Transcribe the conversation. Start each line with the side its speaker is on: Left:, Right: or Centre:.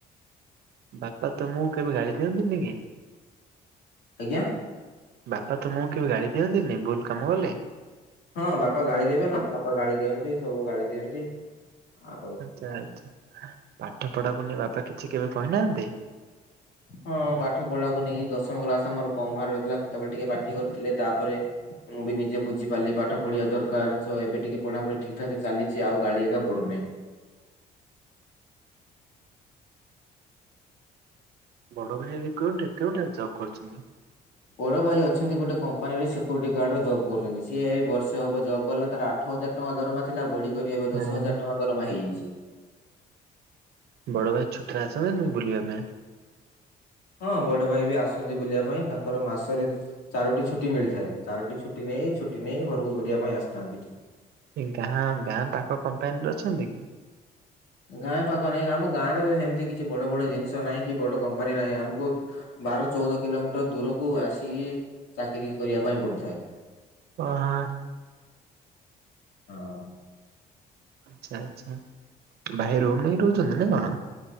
Right: ବାପା ତମକୁ କେବେ ଗାଳି କରନ୍ତିନି କି?
Left: ଆଜ୍ଞା?
Right: ବାପା ତମକୁ କେବେ ଗାଳି ଦିଅନ୍ତିନି ଭୁଲ କାମ କଲେ?
Left: ହଁ! ବାପା ଗାଳି ଦେବେ ନା, ବାପା ଗାଳି ଦିଅନ୍ତି, ସବୁ ଗାଳି ଦିଅନ୍ତି, ଆଉ
Right: ଆଚ୍ଛା ଆଚ୍ଛା! ପାଠ ପଢାକୁ ନେଇ ବାପା କିଛି କେବେ କହିନାହାନ୍ତି?
Left: ହଁ! ପାଠ ପଢାକୁ ନେଇକି ଦଶମ କ୍ଲାସ ଆମର କମ୍ ମାର୍କ ରହିଥିଲା, ସତେବେଳେ ଟିକେ ପାଟି କରିଥିଲେ। ତାପରେ ମୁଁ ବି ନିଜେ ବୁଝି ପାରିଲି ପାଠ ପଢିବା ଦରକାର। ତ ଏବେ ଟିକେ ପଢାପଢି ଠିକ୍-ଠାକ ଚାଲିଛି ଆଉ ଗାଳି ଏବେ ପଡୁନାହିଁ।
Right: ବଡ଼ ଭାଇ ଏବେ କେଉଁଠି କେଉଁଠାରେ ଜବ୍ କରୁଛନ୍ତି?
Left: ବଡ ଭାଇ ଅଛନ୍ତି ଗୋଟେ କମ୍ପାନୀରେ ସିକ୍ୟୁରିଟି ଗାର୍ଡରେ ଜବ୍ କରୁଛନ୍ତି। ସିଏ ଏ ବର୍ଷେ ହବ ଜବ୍ ଗଲେ ତାର ଆଠ ହଜାର ଟଙ୍କା ଦରମା ଥିଲା ବଢି କରି ଏବେ
Right: ହଁ
Left: ଦଶ ହଜାର ଟଙ୍କା ଦରମା ହେଇଯାଇଛି।
Right: ବଡ ଭାଇ ଛୁଟିରେ ଆସନ୍ତି ମୁଁ ବୁଲିବା ପାଇଁ
Left: ହଁ! ବଡ ଭାଇ ବି ଆସନ୍ତି ବୁଲିବା ପାଇଁ, ତାଙ୍କର ମାସରେ ଚାରୋଟି ଛୁଟି ମିଳିଥାଏ, ଚାରୋଟି ଛୁଟି ନେଇ-ଛୁଟି ନେଇ ଘରକୁ ବୁଲିବା ପାଇଁ ଆସିଥାନ୍ତି।
Right: ଖାଁ, ଗାଁ ପାଖ କମ୍ପାନୀର ଅଛନ୍ତି କି?
Left: ଗାଁ ପାଖ ନାଇଁ, ଆମ ଗାଁରେ ତ ସେମିତି କିଛି ବଡ-ବଡ ଜିନିଷ ନାହିଁ କି ବଡ କମ୍ପାନୀ ନାହିଁ, ଆମକୁ ବାର, ଚଉଦ କିଲୋମିଟର ଦୂରକୁ ଆସିକି ଚାକିର କରିବା ପାଇଁ ପଡିଥାଏ।
Right: ଓହା!
Left: ହଁ!
Right: ଆଛା-ଆଛା! ଭାଇ ରୁମ ନେଇକି ରହୁଛନ୍ତି ନା କଣ?